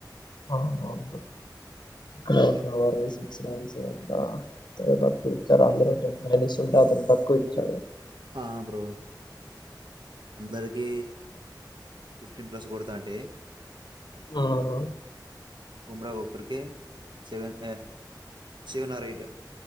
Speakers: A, on the left (about 70°); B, on the right (about 80°).
A: అవును అవును ఒక హాఫ్నహౌర్ సిక్స్ రన్స్ <unintelligible> అందరూ పయనిస్తుంట అతను తక్కువ ఇచ్చాడు
B: ఆ బ్రో అందరికీ ఫిఫ్టీన్ ప్లస్ కొడతాంటే
A: ఆవును
B: కుంరా ఒకరికి seven uh seven or eight